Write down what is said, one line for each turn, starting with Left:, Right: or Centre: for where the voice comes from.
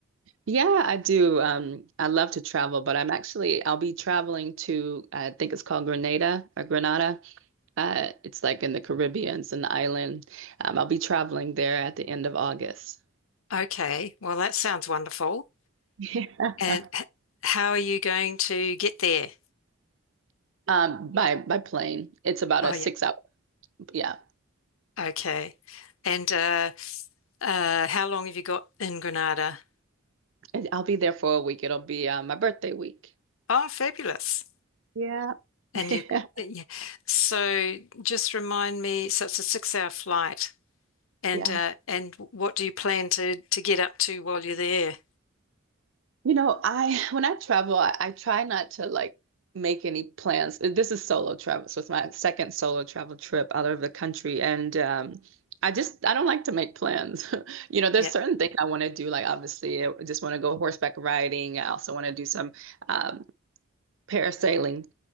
Right: Yeah, I do. Um, I love to travel, but I'm actually I'll be traveling to I think it's called Grenada or Grenada. Uh, it's like in the Caribbean, it's an island. Um, I'll be traveling there at the end of August.
Left: Okay. Well, that sounds wonderful.
Right: Yeah.
Left: And
Right: <laughs>
Left: h- how are you going to get there?
Right: Um, by by plane. It's about
Left: Oh,
Right: a
Left: yeah.
Right: six hour. Yeah,
Left: Okay. And uh, uh, how long have you got in Granada?
Right: And I'll be there for a week. It'll be uh, my birthday week.
Left: Oh, fabulous.
Right: Yeah.
Left: And
Right: <laughs>
Left: you, yeah. So just remind me, so it's a six hour flight. And
Right: Yeah.
Left: uh, and what do you plan to to get up to while you're there?
Right: You know, I when I travel, I, I try not to like make any plans. This is solo travel, so it's my second solo travel trip out of the country, and um, I just I don't like to make plans. <laughs> You know, there's
Left: Yeah,
Right: certain things I want to do. Like obviously, I just want to go horseback riding. I also want to do some um, parasailing.